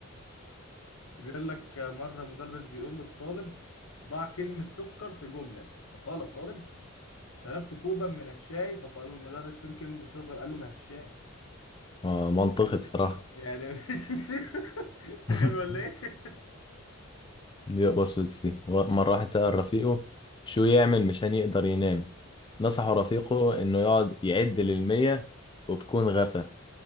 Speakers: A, on the left; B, on the left.
A: بيقول لك آه، مرة مدرس بيقول للطالب ضع كلمة سكر في جملة فقال الطالب شربت كوبا من الشاي فقال له المدرس فين كلمة السكر قال له ما هي في الشاي
B: آه منطقي بصراحة
A: يعني <laughs> انت
B: <laughs>
A: غبي ولا ايه
B: دي- بص بص دي و- مرة واحد سأل رفيقه شو يعمل مشان يقدر ينام نصحه رفيقه انه يقعد يعد للمية وبكون غفى